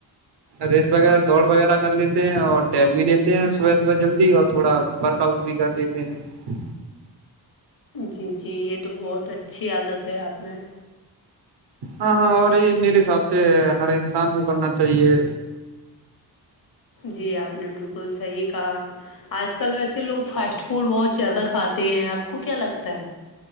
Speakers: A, on the right (about 75°); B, on the left (about 55°).
A: ریس وغیرہ دوڑ وغیرہ کر لیتے ہیں اور ٹل بھی لیتے ہیں صبح صبح جلدی اور تھوڑا ورک آؤٹ بھی کر لیتے ہیں
B: جی جی یہ تو بہت اچھا اچھی عادت ہے آپ میں
A: ہاں ہاں اور یہ میرے حساب سے ہر انسان کو کرنا چاہیے
B: جی آپ نے بالکل صحیح کہا آج کل ویسے لوگ فاسٹ فوڈ بہت زیادہ کھاتے ہیں آپ کو کیا لگتا ہے